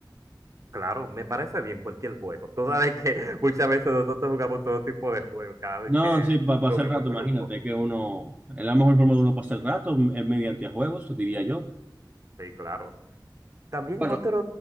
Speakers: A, on the right; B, on the right.
A: Claro, me parece bien cualquier juego. Tú sabes que <laughs> muchas veces nosotros jugamos todo tipo de juegos cada vez
B: No,
A: que
B: sí, para pasar
A: lo vemos
B: el rato,
A: en grupo.
B: imagínate que uno, es la mejor forma de uno pasar el rato es mediante juegos, diría yo.
A: Sí, claro. También
B: Bueno,
A: otra